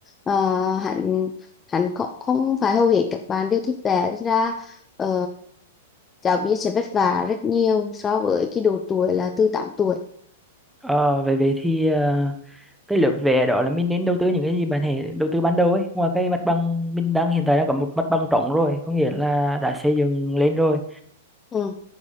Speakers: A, on the left; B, in the centre.
A: Ờ, hẳn hẳn không, không phải hầu hết các bạn đều thích vẽ Nên ra ờ, giáo viên sẽ vất vả rất nhiều so với cái độ tuổi là từ tám tuổi
B: Ờ, vậy vậy thì ờ, cái lớp vẽ đó là mình nên đầu tư những cái gì bạn hãy đầu tư ban đầu ấy ngoài cái mặt bằng mình đang hiện tại đang có một mặt bằng trống rồi có nghĩa là đã xây dựng lên rồi
A: ừ.